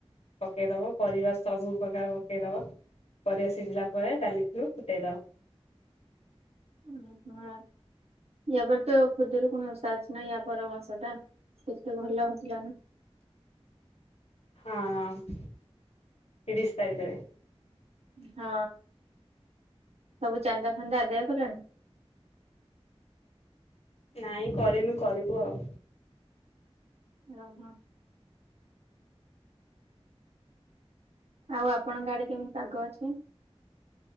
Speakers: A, on the left; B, on the right.
A: ପକେଇ ଦବ, ପରିବା ସବୁ ପ୍ରକାର ପକେଇ ଦବ। ପରିବା ସିଝିଲା ପରେ ଡାଲିକୁୁ ଫୁଟେଇ ଦବ।
B: ଓହୋ। ଇଆ ପରେ ତ ଖୁଦୁରୁକୁଣୀ ଓଷା ଅଛି ନା ଇଆ ପର ମାସଟା। କେତେ ଭଲ ଲାଗୁଥିଲା ନା।
A: ହଁ ତିରିଶ ତାରିଖରେ।
B: ହଁ ସବୁ ଚାନ୍ଦା ଫାନ୍ଦା ଆଦାୟ କଲଣି?
A: ନାଇଁ କରିନୁ କରିବୁ ଆଉ।
B: ଓହୋ। ଆଉ ଆପଣଙ୍କ ଆଡେ କେମିତି ପାଗ ଅଛି?